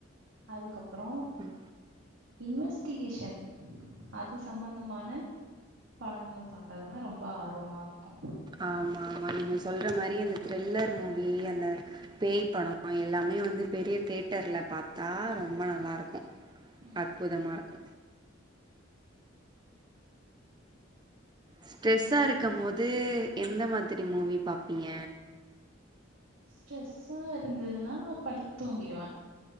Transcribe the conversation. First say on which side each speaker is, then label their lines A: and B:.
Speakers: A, on the right; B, on the right.
A: அதுக்கப்பற
B: ம்
A: இன்வெஸ்டிகேஷன் அது சம்மந்தமான படங்கள் பாக்கறதுனா ரொம்ப ஆர்வமா இருக்கு
B: ஆமா ஆமா நீங்க சொல்ற மாரி அந்த த்ரில்லர் மூவி அந்த பேய் படொ எல்லாமே வந்து பெரிய தேட்டர்ல பாத்தா ரொம்ப நல்லாருக்கு
A: ம்
B: அற்புதமார்க் ஸ்ட்ரெஸ்சா இருக்கமோது எந்த மாதிரி மூவி பாப்பிங்க
A: ஸ்ட்ரெஸ்சா ருந்துதுனா படுத் தூங்கிடுவ